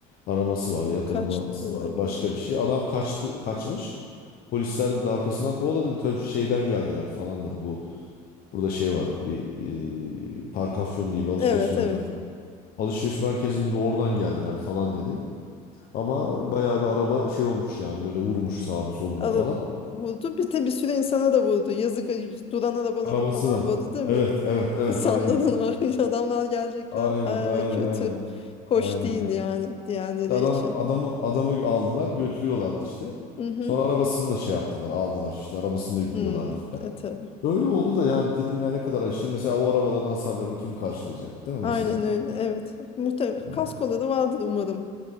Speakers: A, on the left (about 55°); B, on the left (about 30°).
A: araması var, yakalaması
B: kaçtığına
A: var,
B: göre.
A: başka bir şey. Adam kaçtı, kaçmış. Polisler dedi arkasından kovaladı dedi. "Ta Şeyden geldiler falan dedi. Bu burada şey var. Bir e, Parkafyon diye bir alışveriş
B: Evet
A: merkezi.
B: evet.
A: Alışveriş merkezinde de oradan geldiler falan dedi. Ama bayağı bir araba şey olmuş yani böyle vurmuş sağını solunu
B: Alıp
A: falan.
B: vurdu. Bir de bir sürü insana da vurdu. Yazık durana da bana
A: Arabasına.
B: da falan vurdu değil mi?
A: Evet, evet, evet
B: İnsanların
A: aynen. aynen.
B: o <laughs> adamlar gelecekler.
A: Aynen
B: Ay,
A: aynen
B: kötü.
A: aynen.
B: Hoş
A: Aynen
B: değil
A: aynen.
B: yani diğerleri
A: İşte adamı
B: için.
A: adamı adamı aldılar, götürüyorlardı işte.
B: Hı hı.
A: Sonra arabasını da şey yaptılar, aldılar işte arabasını da yüklüyorlardı
B: Hı.
A: falan.
B: E tabii.
A: Öyle oldu da yani dedim ya ne kadar acı. Şimdi mesela o arabaların hasarlarını kim karşılayacak değil mi
B: Aynen
A: mesela?
B: öyle. Evet. Muhtemelen
A: Yani
B: kaskola da vardır umarım.